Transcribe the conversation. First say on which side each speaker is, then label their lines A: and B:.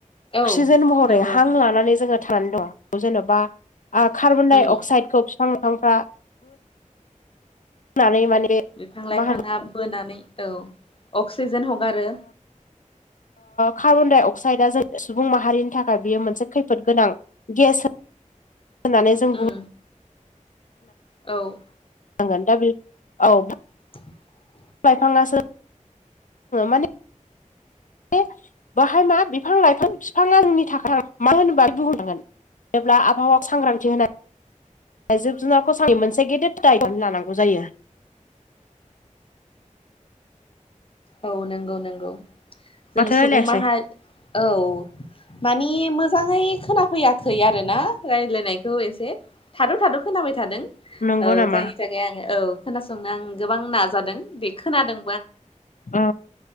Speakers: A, on the left; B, on the left.
A: औ
B: अक्सिजेन महरै
A: नंगौ
B: हां लानानै जोङो थानानै दं जेन'बा कार्बन डाइ
A: उम
B: अक्साइदखौ बिफां लाइफांफ्रा नै माने
A: बिफां लाइफाङा
B: मा होनो
A: बोनानै औ अक्सिजेन हगारो
B: कार्बनडाइ अक्साइदआ ज सुबुं माहारिनि थाखाय बेयो मोनसे खैफोद गोनां गेस होननानै जों
A: उम
B: बुं
A: औ
B: नांगोन दा बे औ
A: <inaudible>
B: लाइफाङासो माने बे बाहाय मा बिफां लाइफां बिफाङा जोंनि थाखाय मा होनोबा बुंहनांगोन जेब्ला आबहावायाव सांग्रांथि होनाय थ जिब जुनारखौ आंनि मोनसे गेदेर दाय लानांगौ जायो
A: औ नंगौ नंगौ जों
B: माथो
A: सुबुं
B: रायलायासै
A: माहारिनि औ मानि मोजाङै खोनाफैयाखै आरो ना रायज्लायनायखौ एसे थाद' थाद' खोनाबाय थादों
B: नंगौ नामा
A: जायनि थाखाय आं औ खोनासंनो आं गोबां नाजादों बे खोनादों
B: अ